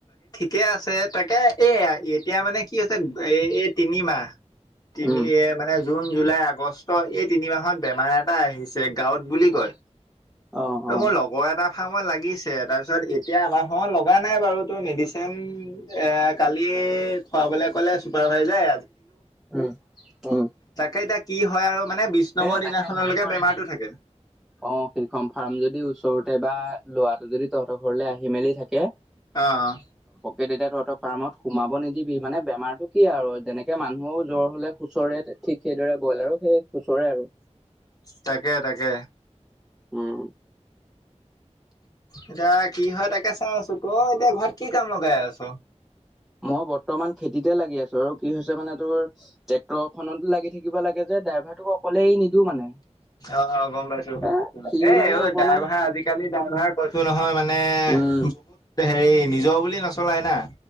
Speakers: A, on the left; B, in the centre.
A: কে আছে তাকে এ এতিয়া মানে কি হৈছে এ এই তিনিমাহ তিনি
B: উম
A: এ মানে জুন জুলাই আগষ্ট এই তিনিমাহত বেমাৰ এটা আহিছে <unintelligible> বুলি কয়
B: অ
A: ত
B: অ
A: মোৰ লগৰ এটা লাগিছে তাৰপিছত এতিয়া আমাৰ হ লগা নাই বাৰু তোৰ মেডিচিন এ কালি খোৱাবলে ক'লে চুপাৰভাইজাই
B: উম-উম,
A: তাকে এতিয়া কি হয় আৰু। মানে বিশ নম্বৰ
B: এ তাকে
A: দিনাখনলৈকে
B: হেৰি কৰিবি
A: বেমাৰটো থাকে
B: অ শিলখন ফাৰ্ম যদি ওচৰত টে বা লৰাটো যদি তহঁতৰ ঘৰলৈ আহি মেলি থাকে।
A: অহ,
B: ত তেয়া তহতৰ ফাৰ্মত সোমাব নিদিবি মানে বেমাৰটো কি আৰু যেনেকে। মানুহোও জ্বৰ হলে সুচৰে ঠিক সেইদৰে বইল আৰু সেই সুচৰে আৰু।
A: তাকে-তাকে।
B: উম,
A: এতিয়া কি হয় তাকে চাই আছো ক এতিয়া ঘৰত কি কাম লগাই আছ।
B: মই বৰ্তমান খেতিতে লাগি আছো আৰু কি হৈছে মানে তোৰ ট্ৰেক্টৰ খনত লাগি থাকিব লাগে যে। ড্ৰাইভাৰটোক অকলেই নিদো মানে।
A: অ-অ গম পাইছোছ
B: এ সি
A: এই
B: মানে
A: অ'
B: অকমান
A: ড্ৰাইভাৰ আজিকালি ড্ৰাইভাৰ কৈছো নহয় মানে
B: উম
A: বহুত। হেৰি নিজৰ বুলি নচলাই না।